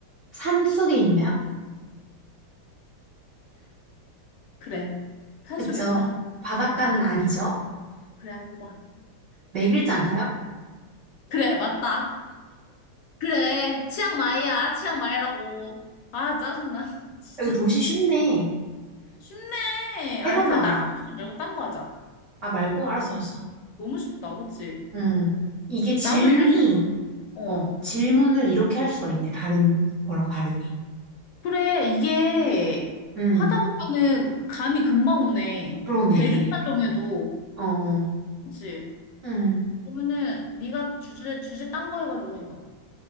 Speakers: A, on the right; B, on the left.
A: 산 속에 있나요?
B: 그래, 산속에
A: 그쵸.
B: 있다.
A: 바닷가는
B: 어,
A: 아니죠.
B: 그래, 아니다.
A: 네 글자인가요? 아,
B: 그래, 맞다. 그래, 치앙마이야, 치앙마이라고. 아, 짜증나. <laughs> 진짜.
A: 이거 도시 쉽네.
B: 쉽네. 아,
A: 해보면
B: 그냥
A: 알아.
B: 나라 도시 말고 딴 거 하자.
A: 아, 말고? 알았어, 알았어.
B: 너무 쉽다, 그치?
A: 음, 이게 질문이,
B: 나도 이런 식으로, 어.
A: 어, 질문을 이렇게 할 수가 있네. 다른 거랑 다르게.
B: 그래, 이게
A: 음,
B: 하다 보면은 감이 금방 오네.
A: 그러네.
B: 대륙만 정해도.
A: 어, 어.
B: 그치?
A: 음,
B: 그러면은 네가 주제, 주제 딴 거 해가지고 해봐.